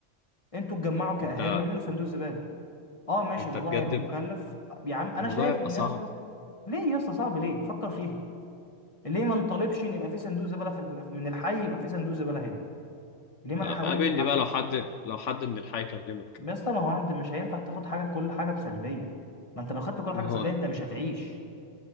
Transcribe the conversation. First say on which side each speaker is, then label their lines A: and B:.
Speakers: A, on the left; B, on the left.
A: انتوا اتجمعوا كأهالي
B: انت
A: واعملوا صندوق زبالة اه ماشي
B: انت
A: الموضوع
B: بجد
A: هيبقى مكلف يا عم انا
B: الموضوع
A: شايف
B: يبقى
A: ان
B: صعب
A: يا اسطى ليه يا اسطى صعب ليه فكر فيها ليه ما نطالبش ان يبقى في صندوق زبالة في ال- من الحي يبقى في صندوق زبالة هنا ليه ما
B: أبقى
A: نحاولش
B: قابلني
A: حتى
B: بقى لو حد لو حد من الحي كلمك
A: يا اسطى ما هو انت مش هينفع تاخد حاجة كل حاجة بسلبية ما انت لو خدت كل
B: ما
A: حاجة بسلبية
B: هو
A: انت مش هتعيش